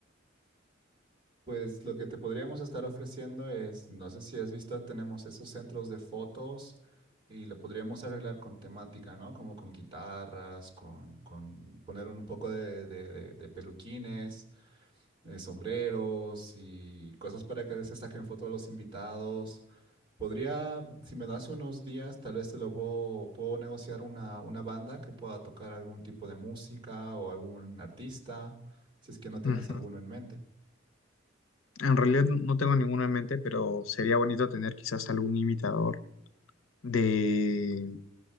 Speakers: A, on the right; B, on the left.
A: Pues lo que te podríamos estar ofreciendo es, no sé si has visto, tenemos esos centros de fotos y lo podríamos arreglar con temática, ¿no? Como con guitarras, con, con poner un poco de, de- de- de peluquines, eh, sombreros y cosas para que se saquen fotos a los invitados. Podría, si me das unos días, tal vez te lo puedo, puedo negociar una, una banda que pueda tocar algún tipo de música o algún artista, si es que no tienes
B: Ujú.
A: alguno en mente.
B: En realidad no tengo ninguna en mente, pero sería bonito tener quizás algún imitador de,